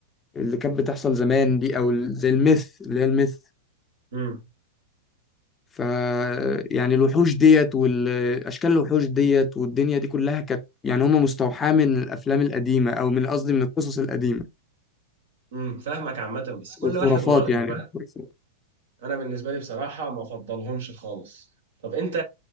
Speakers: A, on the left; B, on the right.
A: اللي كانت بتحصل زمان دي او ال- زي الميث اللي هي الميث
B: امم
A: ف يعني الوحوش ديت والاشكال الوحوش ديت والدنيا دي كلها كانت يعني هم مستوحاه من الافلام القديمه او من قصدي من القصص القديمه
B: امم فاهمك عامة بس كل
A: والخرافات
B: واحد ورأيه
A: يعني
B: بقى
A: الخرافات.
B: أنا بالنسبة لي بصراحة ما أفضلهمش خالص طب أنت